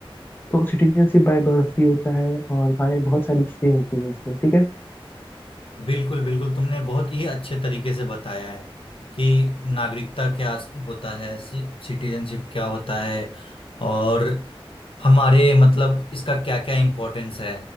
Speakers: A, on the left; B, on the left.
A: तो सिटीजनशिप बाय बर्थ भी होता है और बाय बहुत सारी चीजें होती हैं इसमें ठीक है
B: बिल्कुल बिल्कुल तुमने बहुत ही अच्छे तरीके से बताया है कि नागरिकता क्या होता है सिटीजनशिप क्या होता है और हमारे मतलब इसका क्या क्या इम्पोर्टेंस है